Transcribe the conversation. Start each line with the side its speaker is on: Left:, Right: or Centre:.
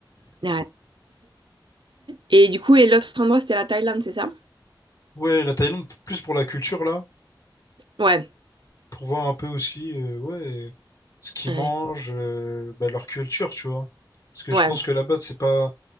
Right: Ouais. Et du coup, et l'autre endroit, c'était la Thaïlande, c'est ça?
Left: Ouais, la Thaïlande, p- plus pour la culture, là,
Right: Ouais.
Left: pour voir un peu aussi, euh, ouais, ce qu'ils
Right: Ouais.
Left: mangent, euh, bah, leur culture, tu vois. Parce que
Right: Ouais.
Left: je pense que là-bas, c'est pas...